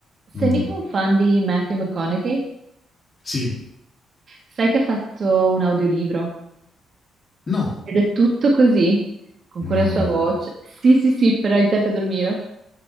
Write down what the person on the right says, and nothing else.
Sei mica un fan di Matthew McConaughey?
Sai che ha fatto un audiolibro
ed è tutto così, con
quella sua voce. Sì, sì, sì, per aiutarti a dormire.